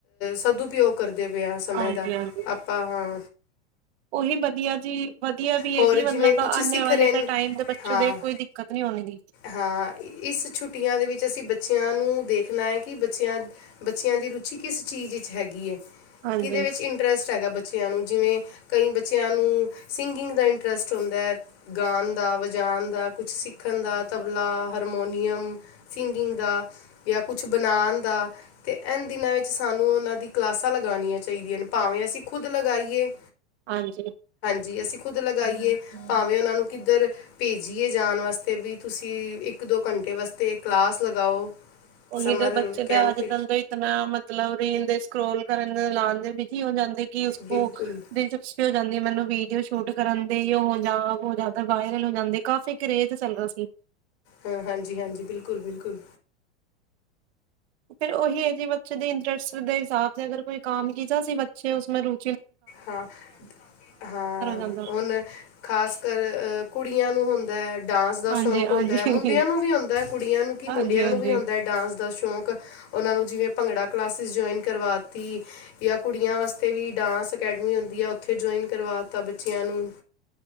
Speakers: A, on the left; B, on the right.
A: ਸਦ ਉਪਯੋਗ ਕਰਦੇ ਦੇ ਵਿਆਹ ਸਮੇਂ
B: ਹਾਂਜੀ
A: ਦਾ
B: ਹਾਂਜੀ
A: ਆਪਾਂ ਹਾਂ।
B: ਉਹੀ ਵਧੀਆ ਜੀ ਵਧੀਆ ਵੀ ਇਹਦੀ
A: ਹੋਰ ਜਿਵੇਂ
B: ਮਤਲਬ
A: ਕੁਛ
B: ਆਨੇ
A: ਸਿੱਖ
B: ਵਾਲੇ
A: ਰਹੇ ਨੇ
B: ਦੇ ਟਾਈਮ ਦੇ ਬੱਚੋਂ
A: ਹਾਂ
B: ਦੇ ਕੋਈ ਦਿੱਕਤ ਨੀ ਹੋਣੇ ਦੀ
A: ਹਾਂ ਇਸ ਛੁੱਟੀਆਂ ਦੇ ਵਿੱਚ ਅਸੀਂ ਬੱਚਿਆਂ ਨੂੰ ਦੇਖਣਾ ਹੈ, ਕਿ ਬੱਚਿਆਂ ਬੱਚਿਆਂ ਦੀ ਰੁਚੀ ਕਿਸ ਚੀਜ਼ ਵਿੱਚ ਹੈਗੀ ਹੈ।
B: ਹਾਂਜੀ
A: ਕਿਹਦੇ ਵਿੱਚ ਇੰਟਰਸਟ ਹੈਗਾ ਬਚ ਬੱਚਿਆਂ ਨੂੰ, ਜਿਵੇਂ ਕਈ ਬੱਚਿਆਂ ਨੂੰ ਸਿੰਗਿੰਗ ਦਾ ਇੰਟਰਸਟ ਹੁੰਦਾ ਹੈ। ਗਾਣ ਦਾ ਵਜਾਣ ਦਾ ਕੁਛ ਸਿੱਖਣ ਦਾ ਤਬਲਾ, ਹਾਰਮੋਨੀਅਮ ਸਿੰਗਿੰਗ ਦਾ ਜਾਂ ਕੁਛ ਬਨਾਣ ਦਾ ਤੇ, ਐਨ ਦਿਨਾਂ ਵਿੱਚ ਸਾਨੂੰ ਉਹਨਾਂ ਦੀ ਕਲਾਸਾਂ ਲਗਾਣੀਆਂ ਚਾਹੀਦੀਆਂ ਨੇ। ਭਾਵੇਂ ਅਸੀਂ ਖੁਦ ਲਗਾਈਏ।
B: ਹਾਂਜੀ
A: ਜੇ ਅਸੀਂ ਖੁਦ ਲਗਾਈਏ, ਭਾਵੇਂ ਉਹਨਾਂ ਨੂੰ ਕਿੱਧਰ ਭੇਜੀਏ ਜਾਣ ਵਾਸਤੇ, ਵੀ ਤੁਸੀਂ ਇੱਕ ਦੋ ਘੰਟੇ ਵਾਸਤੇ ਕਲਾਸ ਲਗਾਓ।
B: ਉਹੀ
A: ਸਮਰ
B: ਦੇ ਬੱਚੇ
A: ਕੈਂਪ
B: ਤਾਂ ਅੱਜ ਕਲ ਤੋਂ, ਇਤਨਾ ਮਤਲਬ ਰੀਲ ਦੇਚ ਕਰੋਲ ਕਰਨ ਨੂੰ ਲਾਉਣ ਦੇ ਬਿਜੀ ਹੋ ਜਾਂਦੇ। ਕਿ ਉਸ ਕੋ
A: ਬਿਲਕੁਲ
B: ਦਿਲਚਸਪੀ ਜਾਂਦੀ ਮੈਨੂੰ ਵੀਡੀਓ ਸ਼ੂਟ ਕਰਨ ਦੇ ਉਹ ਜਾਂ ਤੇ ਹੋ ਜਾਂ ਵਾਇਰਲ ਹੋ ਜਾਂਦੇ ਕਾਫੀ ਕਰੇਜ਼ ਚੱਲਰਹਾ ਸੀ।
A: ਹਾਂ, ਹਾਂ ਹਾਂਜੀ, ਹਾਂਜੀ ਬਿਲਕੁਲ, ਬਿਲਕੁਲ।
B: ਫਿਰ ਉਹੀ ਹੈ। ਜੀ ਬੱਚੇ ਦੇ ਇੰਟਰਸਟ ਦੇ ਹਿਸਾਬ ਤੇ ਅਗਰ ਕੋਈ ਕੰਮ ਕੀਚਾ ਸੀ। ਬੱਚੇ ਉਸੇ ਰੁ
A: ਹਾਂ, ਹਾਂ
B: ਜਾਂਦਾ।
A: ਹੁਣ ਖ਼ਾਸ ਕਰ ਅ ਕੁੜੀਆਂ ਨੂੰ ਹੁੰਦਾ ਬੈਠ ਡਾਂਸ ਦਾ
B: ਹਾਂਜੀ-ਹਾਂਜੀ,
A: ਸ਼ੌਂਕ ਹੁੰਦਾ ਹੈ। ਮੁੰਡਿਆਂ ਨੂੰ ਵੀ ਹੁੰਦਾ ਕੁੜੀਆਂ ਨੂੰ ਕਿ
B: ਹਾਂਜੀ-ਹਾਂਜੀ।
A: ਮੁੰਡਿਆਂ ਨੂੰ ਵੀ ਹੁੰਦਾ ਹੈ। ਡਾਂਸ ਦਾ ਸ਼ੌਂਕ ਉਹਨਾਂ ਨੂੰ ਜਿਵੇਂ ਭੰਗੜਾ ਕਲਾਸਿਸ ਜੁਆਇਨ ਕਰਵਾ ਤੀ ਜਾਂ ਕੁੜੀਆਂ ਵਾਸਤੇ ਵੀ ਡਾਂਸ ਅਕੈਡਮੀ ਹੁੰਦੀ ਆ, ਉੱਥੇ ਜੁਆਇਨ ਕਰਵਾਤਾ ਬੱਚਿਆਂ ਨੂੰ